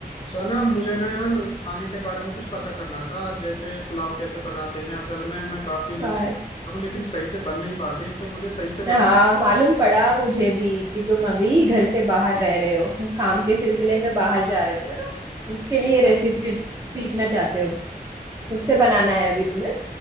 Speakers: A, on the left; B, on the right.
A: सना मुझे ना यार खाने के बारे में कुछ पता करना था जैसे पुलाव कैसे बनाते हैं असल में मैं काफी
B: अच्छा,
A: दिन से बना रहा हूँ लेकिन सही से बन नहीं पाते हैं तो मुझे सही से
B: हाँ
A: बता
B: मालूम पड़ा मुझे भी कि तुम अभी घर से बाहर रह रहे हो काम के सिलसिले में बाहर जा रहे हो ना इसके लिए
A: हाँ
B: रेसिपी सीखना चाहते हो उससे बनाना है अभी तुम्हें